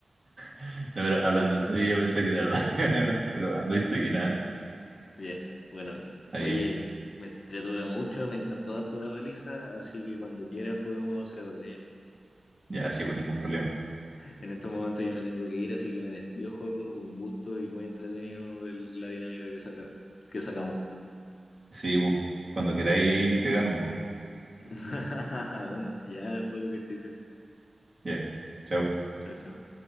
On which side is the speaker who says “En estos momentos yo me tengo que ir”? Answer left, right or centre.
Left